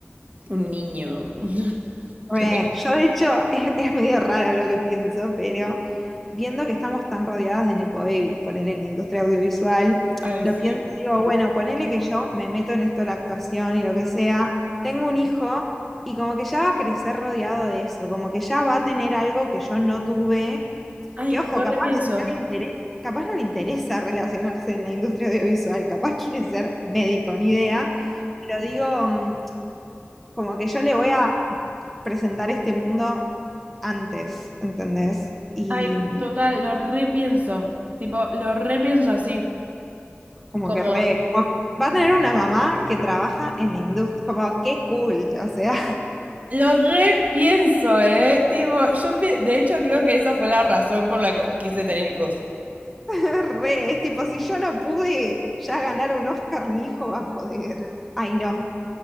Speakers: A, on the right; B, in the centre.
A: un niño. <laughs>
B: Re,
A: Que-
B: yo de hecho <laughs> es, es medio raro lo que pienso, pero viendo que estamos tan rodeadas de nepo babies, ponele en la industria audiovisual,
A: Ay,
B: lo
A: sí.
B: pienso y digo, bueno, ponele que yo me meto en esto de la actuación y lo que sea, tengo un hijo y como que ya va a crecer rodeado de eso, como que ya va a tener algo que yo no tuve,
A: Ay,
B: que ojo,
A: lo
B: capaz
A: repienso.
B: no le interesa, capaz no le interesa relacionarse en la industria audiovisual, capaz quiere ser médico, ni idea, pero digo... mm, como que yo le voy a presentar este mundo antes, ¿entendés? Y
A: Ay, total, lo repienso. Tipo, lo repienso así.
B: como
A: Como
B: que re, como- va a tener una mamá que trabaja en la industria, como qué cool, o sea,
A: Lo repienso, ¿eh? Tipo, yo pi- de hecho creo que esa fue la razón por la que quise tener hijos.
B: <laughs> re, es tipo, si yo no pude ya ganar un Oscar, mi hijo va a poder. Ay, no.